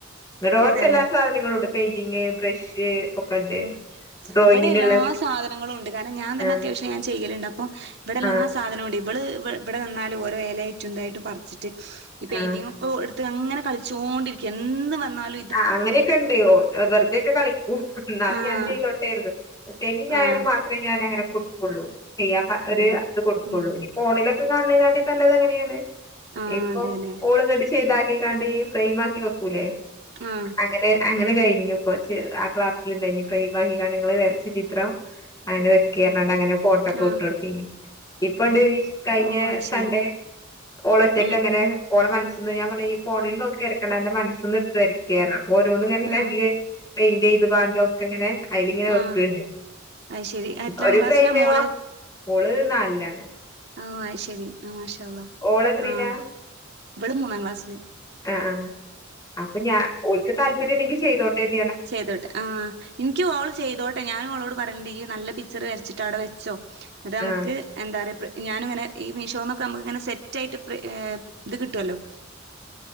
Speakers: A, on the left (about 20°); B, on the right (about 60°).
A: ഇന്നിട്ട് ഓൾക്ക്
B: അതെല്ലേ
A: എല്ലാ സാധനങ്ങളുംണ്ട് പെയിന്റിങ് ബ്രഷ് ഒക്കെണ്ട്
B: ഉം
A: ഡ്രോയിങ്ങിനുള്ള
B: ഇവിടെ എല്ലാ സാധനങ്ങളും ഇണ്ട് കാരണം ഞാൻ തന്നെ
A: ആഹ്
B: അത്യാവശ്യം ഞാൻ ചെയ്യലുണ്ട് അപ്പ്പോ ഇവിടെല്ലാ
A: ആഹ്
B: സാധനവുംണ്ട് ഇവള് ഇ ഇവിടെന്നാലും ഓരോ ഇലയായിറ്റും എന്തായിട്ടും പറിച്ചിട്ട് ഈ പെയിന്റ്റിംഗ്
A: ആഹ്
B: ഓ എടുത്ത് അങ്ങനെ കളിച്ചോണ്ടിരിക്കും എന്ത് വന്നാല
A: ആഹാ അങ്ങനൊക്ക ഉണ്ട് ഓ വെറുതേക്കെളിക്ക എന്നാലും
B: ആഹ്
A: ഞാൻ ചെയ്തോട്ടേരുതും ശനി ഞായറും
B: ആഹ്
A: മാത്രമേ ഞാൻ അങ്ങനെ കൊടുക്കുള്ളൂ ചെയ്യാൻ ഒരു
B: അതന്നെ
A: അത് കൊടുക്കുള്ളൂ
B: ഉം
A: ഈ ഫോണിലൊക്കെ കണീങ്കാട്ടി നല്ലത് അങ്ങനെയാണ്
B: ആഹ്
A: ഇപ്പോ
B: അതെല്ലേ
A: ഓള്ങ്ങിട്ട് ചെയ്താക്കികണ്ട് ഫ്രെയിം ആക്കി വെക്കൂലേ
B: ആഹാ
A: അങ്ങനെ അങ്ങനെ കഴിഞ്ഞു ഇച്ച് ആ ക്ലാസ്സൽണ്ടായിഞ്ഞു ഫ്രായിമായി ഇങ്ങള് വരച്ച ചിത്രം അങ്ങനെ വെക്കിം പറഞ്ഞണ്ട് അങ്ങനെ ഫോട്ടോ ട്ടോ വിട്ടോട്ത്തീനിം
B: ആഹ്
A: ഇപ്പ ഇണ്ട് ഈ കഴിഞ്ഞ
B: ഓ അത്
A: സൺഡേ
B: ശരി
A: ഓള് ഒറ്റയ്ക്ക്ങ്ങനെ
B: ഉം
A: ഓള് മനസിന്ന് ഞാൻ പറഞ്ഞ് ഈ ഫോണിൽ നോക്കി കിടക്കണ അന്റെ മനസിന്ന് എടുത്ത് വരയ്ക്ക്. കേറണം അപ്പൊ ഓരോന്ന് ഇങ്ങനെ ഇണ്ടാക്കി
B: ആഹ്
A: പെയിന്റ് ചെയ്ത് കാണ്ടോ. ഇങ്ങനെ അയില് ഇങ്ങനെ വെക്കണ്ട്
B: ആഹ് അത് ശരി എത്രാം
A: ഒരു
B: ക്ലാസ്സിലാ
A: ഫ്രെയിമേ
B: മോള്
A: ഓള് നാലിലാണ്.
B: ആഹ് അത് ശരി ആഹ് മാഷാ അള്ളാ
A: ഓളെത്രീലാ
B: ആഹ് ഇവള് മൂന്നാം ക്ലാസ്സില്.
A: ആഹ് ആഹ് അപ്പോ ഞാൻ ഓലുക്ക് താല്പര്യം ഇണ്ടെങ്കി ചെയ്തോട്ടെന്ന്.
B: ചെയ്തോട്ടെ ആഹ് എനിക്കും ഓള് ചെയ്തോട്ടെ ഞാനും ഓളോട് പറയലുണ്ട് ഇയ് നല്ല പിക്ചർ വരച്ചിട്ട്. അവിടെ വെച്ചോ അന്നിട്ട് നമുക്ക്
A: ആഹ്
B: എന്താ പറയാ ഞാനിങ്ങനെ ഈ മീഷോന്നൊക്കെ നമുക്ക് ഇങ്ങനെ സെറ്റ് ആയിട്ട് ഇത് കിട്ടുവല്ലോ.